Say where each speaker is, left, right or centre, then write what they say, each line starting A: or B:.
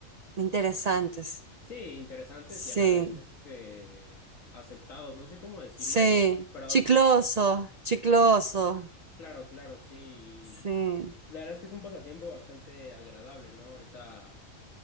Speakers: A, on the right; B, on the left.
A: interesantes.
B: sí, interesantes
A: Sí,
B: y a la vez, este, aceptados, no sé cómo decirlo,
A: sí,
B: pero
A: chiclosos,
B: tú...
A: chiclosos.
B: ah, Claro, claro, sí.
A: Sí.
B: La verdad es que es un pasatiempo bastante agradable, ¿no? Ahorita